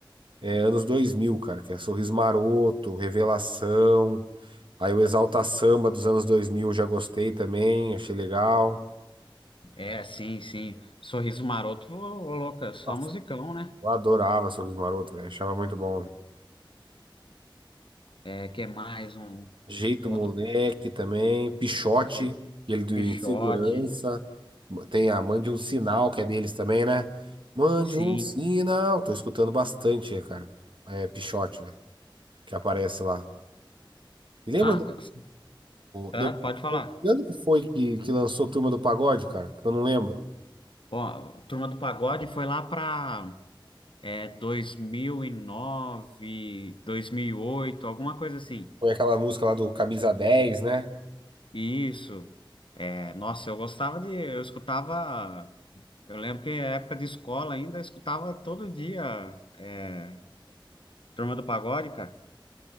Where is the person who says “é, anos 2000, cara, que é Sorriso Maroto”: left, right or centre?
Right